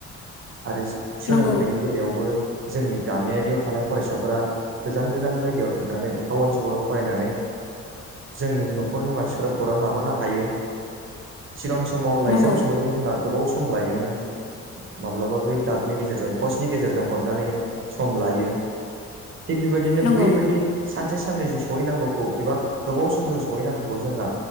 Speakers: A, on the right; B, on the left.
A: आरो सोलोंथाइनि
B: नंगौ
A: बेलायावबो जोंनि गामियरियाव थानाय फरायसाफोरा गोजान गोजान जायगायाव थांनानै टाउन सहराव फरायनानै जोंनि न'खरनि मानसिफोरा खौरां लाहरनो हायो सिगां समाव लाइजाम
B: नंगौ
A: सहैनो जोंहा गोबाव सम लायोमोन <inaudible> माब्लाबा बै दागनि गेजेरजों पस्नि गेजेरजों हरनानै सम लायो थिग बेबायदिनो
B: नंगौ
A: बैबायाददि सानसे साननैजों स सहैनांगौखौ एबा गोबाव सम जों सहैनांगौखौ जोंहा